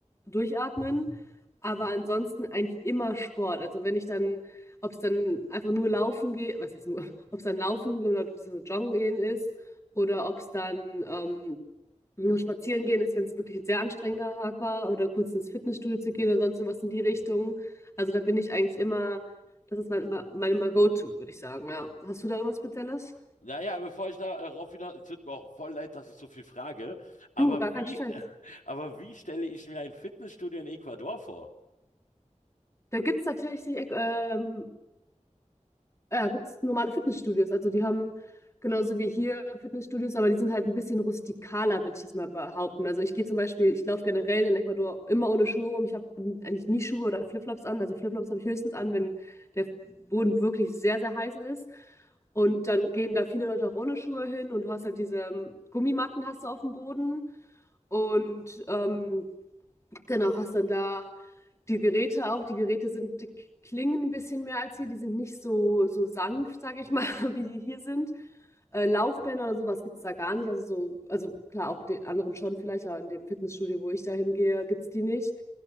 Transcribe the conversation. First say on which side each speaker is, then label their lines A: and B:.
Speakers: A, on the left; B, on the left.
A: durchatmen. Aber ansonsten eigentlich immer Sport. Also wenn ich dann, ob es dann einfach nur laufen geht, was ist nur, ob es dann laufen oder so joggen gehen ist oder ob es dann ähm, nur spazieren gehen ist, wenn es wirklich ein sehr anstrengender Tag war, oder kurz ins Fitnessstudio zu gehen oder sonst sowas in die Richtung. Also da bin ich eigentlich immer, das ist mein, immer, mein immer Go-To, würde ich sagen. Ja. Hast du da irgendwas Spezielles?
B: Naja, bevor ich darauf hinaus, es tut mir auch voll leid, dass ich so viel frage, aber
A: Du, gar kein
B: wie,
A: Stress.
B: <laughs> aber wie stelle ich mir ein Fitnessstudio in Ecuador vor?
A: Da gibt es tatsächlich ähm, ja, gibt es normale Fitnessstudios. Also die haben genauso wie hier Fitnessstudios, aber die sind halt ein bisschen rustikaler, würde ich das mal behaupten. Also ich gehe zum Beispiel, ich laufe generell in Ecuador immer ohne Schuhe rum. Ich habe eigentlich nie Schuhe oder Flipflops an. Also Flipflops habe ich höchstens an, wenn der Boden wirklich sehr, sehr heiß ist. Und dann gehen da viele Leute auch ohne Schuhe hin und du hast halt diese ähm, Gummimatten hast du auf dem Boden. Und ähm, Genau, hast dann da die Geräte auch. Die Geräte sind, die klingen ein bisschen mehr als hier. Die sind nicht so, so sanft, sage ich mal, <laughs> wie die hier sind. Äh, Laufbänder
B: Okay.
A: oder sowas gibt es da gar nicht. Also so, also klar, auch den anderen schon vielleicht, aber in dem Fitnessstudio, wo ich da hingehe, gibt es die nicht.